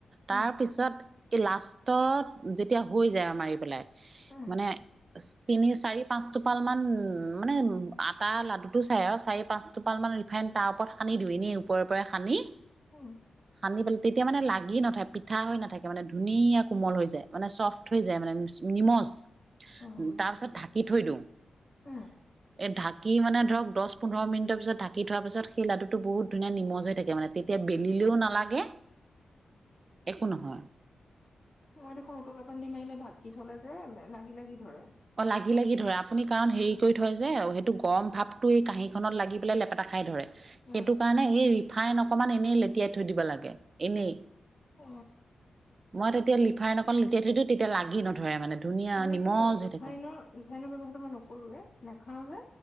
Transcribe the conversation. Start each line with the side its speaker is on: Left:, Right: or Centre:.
Right: তাৰ
Left: উম
Right: পিছত এই লাষ্টত যেতিয়া হৈ যায় আৰু মাৰি <unintelligible>
Left: উম
Right: মানে <unintelligible> তিনি চাৰি, পাঁচ টোপাল মান মানে আটা- লাড্ডুটো চাই আৰু চাৰি -পাঁচটোপাল ৰিফাইণ তাৰ ওপৰত সানি দিও এনে ওপৰে-ওপৰে সানি
Left: উম।
Right: পানী পাল তেতিয়া মানে লাগি নথই পিঠা হৈ নাথাকে মানে ধুনীয়া কোমল হৈ যায় মানে চফ্ট হৈ <unintelligible> নিমজ
Left: অ বুজিছো
Right: তাৰপিছত
Left: দিয়া
Right: ঢাকি থৈ দিও। <inaudible>
Left: উম
Right: এই ঢাকি ঢাকি মানে ধৰক দচ -পোন্ধৰ মিনিটৰ পিছত ঢাকি থোৱাৰ পিছত সেই লদ্দুটো বহু ধুনীয়া নিমজ হৈ থাকেমানে তেতিয়া বেলিলেও নালাগে <inaudible> একো নহয়।
Left: মই দেখোন উতলা পানী দি মাৰিলে ঢাকি থলে যে লাগি- লাগি ধৰে।
Right: অহ, লাগি- লাগি ধৰে আপুনি কাৰণ হেৰি কৰি থয় যে সেইটো গৰম ভাৱটো এই কাহিখনত লাগি পেলাই লেপেটা খাই ধৰে। সেইটো
Left: অ
Right: কাৰণে এই ৰিফাইন অকমান এনেই লেতিয়াই থৈ দিব লাগে, এনেই
Left: অ
Right: <inaudible> মই তেতিয়া লিফাইন অকন লেটিয়াই থৈ দিওঁ তেতিয়া লাগি নধৰে মানে ধুনীয়া
Left: মানে
Right: নিমজ
Left: কি
Right: হৈ থাকে।
Left: ৰিফাইনৰ ব্যৱহাৰটো মই নকৰোৱে নেখাও যে